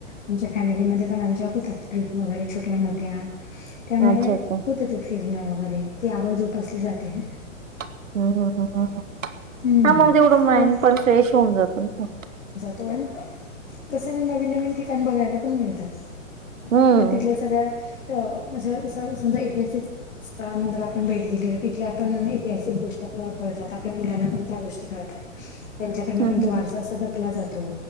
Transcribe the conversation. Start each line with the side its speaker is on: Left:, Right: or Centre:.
Left: आमच्या फॅमिलीमध्ये पण, आमच्या होतात ट्रिप वगैरे छोट्या- मोठ्या. त्यामुळे,
Right: अच्छा अच्छा
Left: होतं ते फिरणं वगैरे. ती आवड जोपासली जाते. हं.
Right: हम्, ह, ह, ह. त्यामुळं
Left: हम्म
Right: तेवढं माइंड
Left: खूप
Right: पण, फ्रेश होऊन जात न.
Left: पण, कस नवीन- नवीन ठिकाण बघायला पण मिळतात.
Right: हम्म
Left: ते तिथल्या सगळ्या, अं अस - अस समजा ऐतिहासिक स्थळांना जर आपण भेट दिली. तर तिथल्या आपण, ऐतिहासिक गोष्टी आपल्याला कळतात. आपल्या मुलांना पण त्या गोष्टी कळतात.
Right: <inaudible>
Left: त्यांच्याकडन
Right: हम्म
Left: पण
Right: हम्म
Left: तो वारसा असा जपला जातो.